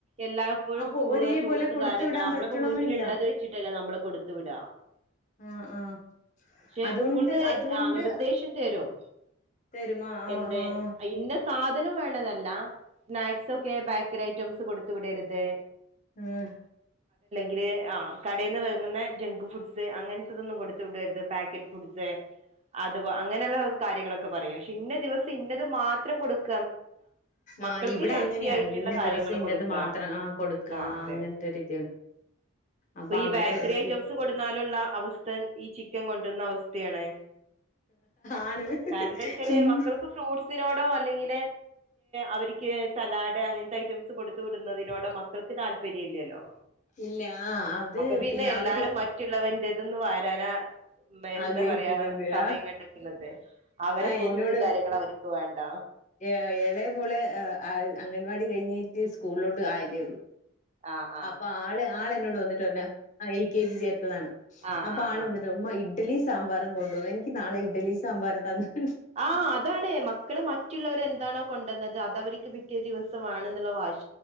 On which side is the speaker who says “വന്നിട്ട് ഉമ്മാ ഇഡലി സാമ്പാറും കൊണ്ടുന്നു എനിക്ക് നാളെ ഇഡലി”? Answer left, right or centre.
Left